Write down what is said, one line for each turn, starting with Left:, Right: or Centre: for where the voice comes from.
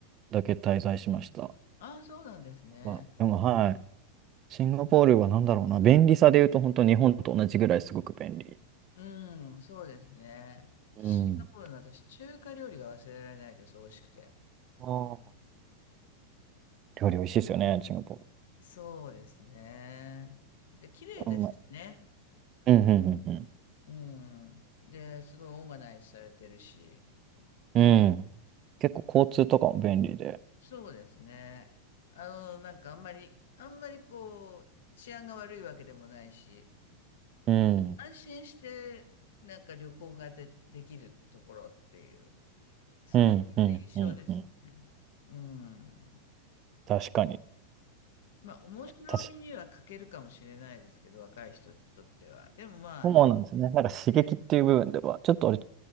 Right: だけ滞在しました。
Left: ああ、そうなんですね。
Right: まあ、でも、はい。シンガポールは何だろうな、便利さで言うと、本当日本と同じぐらいすごく便利。
Left: うん、そうですね。
Right: うん。
Left: シンガポールの私、中華料理が忘れられないです、美味しくて。
Right: あー料理美味しいですよね、シンガポール。
Left: そうですね。で、綺麗ですしね。
Right: そんなうん、うん、うん、
Left: うん。で、すごいオーガナイズされてるし。
Right: うん。うん。結構交通とかも便利で。
Left: そうですね。あの、なんかあんまり、あんまりこう、治安が悪いわけでもないし、
Right: うん。
Left: 安心して、なんか旅行がで、できるところっていう。そういう印象ですね。
Right: うん、うん、うん、うん。
Left: うん。
Right: 確かに。
Left: まあ、面白みには欠けるかもしれないですけど、
Right: 確か
Left: 若い人にとっては。でも、まあ、
Right: そうなんですね。
Left: あの、
Right: なんか刺激っていう部分では、
Left: ええ
Right: ちょっとあれ、